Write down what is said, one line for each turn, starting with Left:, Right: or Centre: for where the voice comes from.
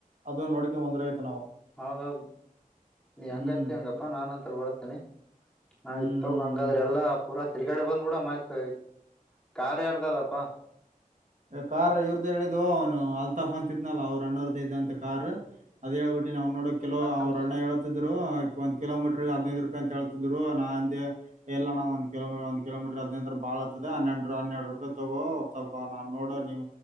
Right: ಅದು ನೋಡಕ ಒಂದ್ ಆಯತು ನಾವು
Centre: ಹೌದೌದು್ ನೀ ಹೆಂಗತಿ
Right: ಹ್ಮ್
Centre: ಹಂಗಪ್ಪಾ ನಾನಂತ ಬರ್ತೇನೆ ಹ
Right: ಹ್ಮ್ ಹ್ಮ್
Centre: ತಕೊ ಹಂಗಾದ್ರೆ
Right: ಹ್ಮ್
Centre: ಎಲ್ಲಾ ಪುರಾ ತಿರ್ಗಾಡೆ ಬಂದ್ಬ ಬಿಡಮ್ತ್ ಕಾರ್ ಯಾರದ ಅದಪ್ಪ
Right: ಕಾರ್ ಇವ್ರ್ದ ಹೇಳಿದ್ವ ಅವ್ನು ಅಲ್ತಾಫ್ ಅಂತಿದ್ನಲ್ಲ ಅವರು ಅಣ್ಣೋರ್ದೇ ಇದೆಯಂತ ಕಾರ್ ಅದ್ ಹೇಳ್ಬಿಟ್ಟಿ ನಾವ್ ನೋಡ ಕೆಲವು
Centre: ಮತ್ ನಮ್ದು
Right: ಅವ್ರರು ಅಣ್ಣ ಹೇಳತಿದ್ರು ಒಂದ ಕಿಲೋಮೀಟರ್ ಹದೈದು ರೂಪಾಯಿ ಅಂತ ಹೇಳ್ತಿದ್ರು ನಾ ಅಂದೇ ಇಲ್ಲ ಅಣ್ಣ ಒಂದ ಕಿಲೋಮೀರ್ ಒಂದ ಕಿಲೋಮೀಟರ್ ಹದಿನೈದು ಅಂದ್ರೆ ಬಾಳ ಬಾಳ್ ಆಯ್ತಾ ಹನ್ನೆರಡು ಹನ್ನೆರ ರೂಪಾಯಿ ತಗೋ ಸ್ವಲ್ಪ ನಾ ನೋಡ ನಿಮ